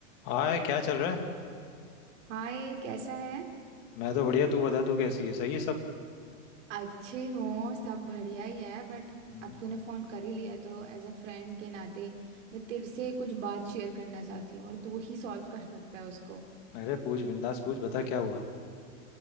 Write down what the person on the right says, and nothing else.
हाय कैसा है
अच्छी हूँ सब बढ़िया ही है बट
अब तूने फ़ोन कर ही लिया है तो एज अ फ्रेंड के नाते मैं तेरे से कुछ बात शेयर करना चाहती हूँ और तू ही सॉल्व कर सकता है उसको